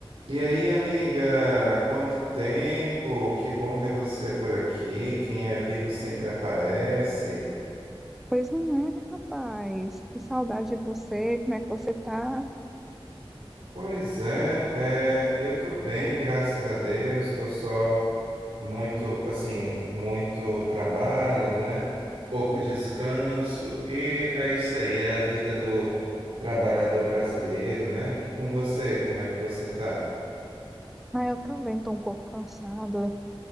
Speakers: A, on the right; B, in the centre.
A: E aí, amiga, há quanto tempo? Que bom ver você por aqui. Quem é vivo sempre aparece.
B: Pois não é, rapaz. Que saudade de você. Como é que você tá?
A: Pois é, é, eu tô bem, graças a Deus. Tô só muito, assim, muito trabalho, né? Pouco descanso. E é isso aí, é a vida do trabalhador brasileiro, né? E com você, como é que você tá?
B: Ah, eu também tô um pouco cansada.